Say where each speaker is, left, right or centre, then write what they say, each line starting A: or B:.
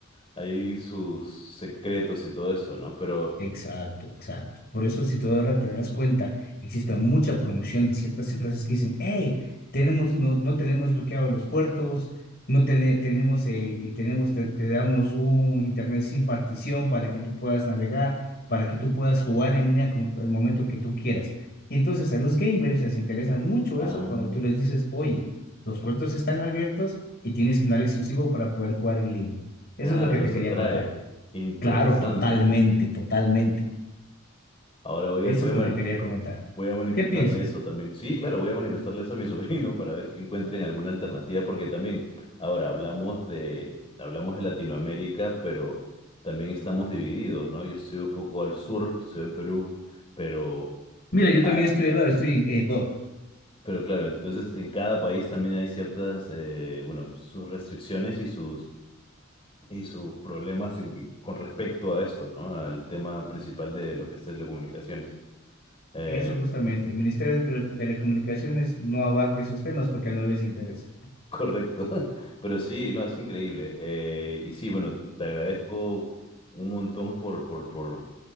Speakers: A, on the left; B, on the left.
A: hay sus secretos y todo eso, ¿no? Pero,
B: Exacto, exacto. Por eso, si tú ahora te das cuenta, existe mucha promoción de ciertas empresas que dicen, hey, tenemos, no, no tenemos bloqueados los puertos, no tene- tenemos, el, eh, tenemos te, te damos un internet sin partición para que tú puedas navegar, para que tú puedas jugar en línea con el momento que tú quieras. Y entonces a los gamers les interesa mucho
A: ah,
B: eso cuando tú les dices, oye, los puertos están abiertos y tienes canal exclusivo para poder jugar en línea. Eso
A: claro,
B: es lo que
A: los
B: te quería
A: atrae.
B: contar.
A: Interesante.
B: Claro, totalmente,
A: <laughs>
B: totalmente.
A: Ahora voy
B: Eso
A: a, voy
B: es
A: a,
B: lo
A: ma-
B: que te quería comentar.
A: voy a manifestarle
B: ¿Qué piensas?
A: eso también. Sí, claro, voy a manifestarle eso a mi <laughs> sobrino para ver que encuentren alguna alternativa, porque también, ahora hablamos de, hablamos de Latinoamérica, pero también estamos divididos, ¿no? Yo estoy un poco al sur, estoy en Perú, pero...
B: Mira, yo también
A: ah,
B: estoy al lado, estoy en en Ecuador.
A: Pero claro, entonces en cada país también hay ciertas, eh, bueno, sus restricciones y sus, y sus problemas en- con respecto a esto, ¿no? Al tema principal de lo que es telecomunicaciones. Eh,
B: Eso justamente. El Ministerio de Tele- Telecomunicaciones no abarca esos temas porque no les interesa.
A: correcto. <laughs> Pero sí, no, es increíble. Eh, y sí, bueno, te agradezco un montón por, por, por